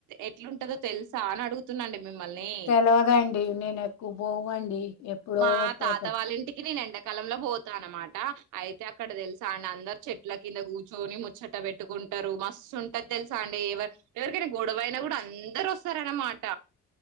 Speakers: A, on the right (about 80°); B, on the left (about 65°).
A: ఎట్లుంటందో తెలుసా అని అడుగుతున్నాండి మిమ్మల్ని
B: తెలవదండి. నేను ఎక్కువ పోవండి. ఎప్పుడో
A: మా
B: పోతాం.
A: తాత వాళ్ళ ఇంటికి నేను ఎండ కాలంల పోతానా అన్నమాట అయితే అక్కడ తెలుసా అందరు చెట్ల కింద కూర్చొని ముచ్చట పెట్టుకు టారు మస్తు ఉంటది తెలుస అ ఎవరికైనా గొడవైనా కూడా అందరూ వస్తారన్నమాట